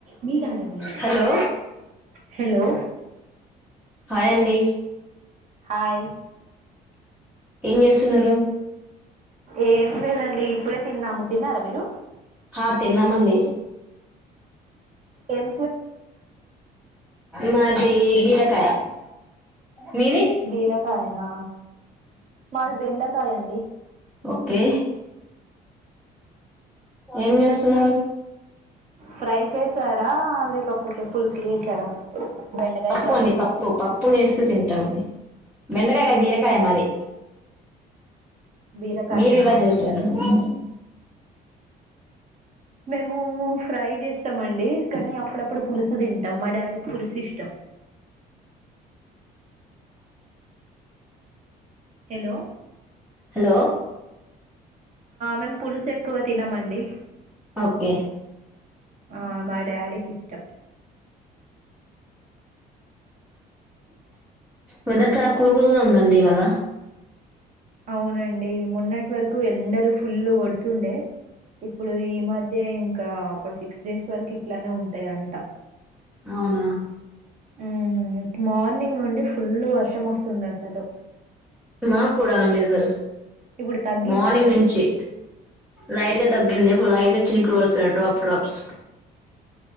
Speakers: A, on the right; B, in the centre.
A: నీ కన్నా భయమే
B: హలో
A: హలో
B: హాయ్ అండి
A: హాయ్
B: ఏం చేస్తున్నారు
A: ఏం లేదండి ఇప్పుడే తిన్నాము తిన్నారా మీరు
B: హా తిన్నామండి
A: ఎం
B: మాది బీరకాయ మీది
A: బీరకాయనా మాది బెండకాయ అండి
B: ఓకే ఏం చేస్తున్నారు
A: ఫ్రై చేసారా లేకపోతే పులుసు చేసారా బెండకాయ
B: పప్పు
A: చారు
B: అండి పప్పు పప్పులు వేస్తూ తింటామండి బెండకాయ కాద బీరకాయ మాది
A: బీరకాయనా
B: మీరు ఏలా చేశారు అండి
A: మేము ఫ్రై చేస్తామండి కాని అప్పుడప్పుడు పులుసు తింటాం మా డాడీకి పులుసు ఇష్టం హలో
B: హలో
A: మేము పులుసు ఏ ఎక్కువ తినమండి
B: ఓకే
A: ఆ మా డాడీకి ఇష్టం
B: వెదర్ చాలా కూలుకులుగా ఉందండి ఇవాళ
A: అవునండి మెన్నటి వరకు ఎండలు ఫుల్లు కొడుతుండే ఇప్పుడు ఈ మధ్య ఇంకా ఒక సిక్స్ డేస్ వరకు ఇట్లానే ఉంటాయి అంట
B: అవునా
A: హు ఇగ మార్నింగ్ నుండి ఫుల్ వర్షం వస్తుంది అసలు
B: మాకు కూడా అండి అసలు
A: ఇప్పుడు తగ్గిందా
B: మార్నింగ్
A: మరి?
B: నుంచి లైట్ గా తగ్గింది ఇప్పుడు లైట్ గా చినుకులు వస్తునయి డ్రాప్ డ్రాప్స్